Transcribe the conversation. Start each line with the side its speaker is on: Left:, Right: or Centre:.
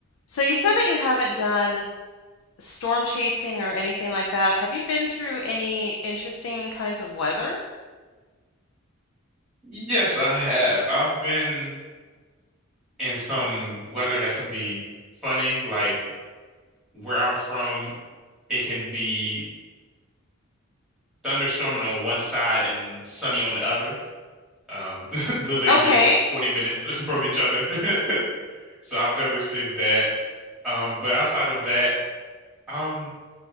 Left: So you said that you haven't done storm chasing or anything like that. Have you been through any interesting kinds of weather?
Centre: Yes, I have. I've been in some weather that can be funny. Like where I'm from, it can be thunderstorming on one side and sunny on the other. Um, <laughs> literally
Left: Okay.
Centre: just 20 minutes <laughs> from each other. <laughs> So I've definitely seen that. Um, but outside of that, um,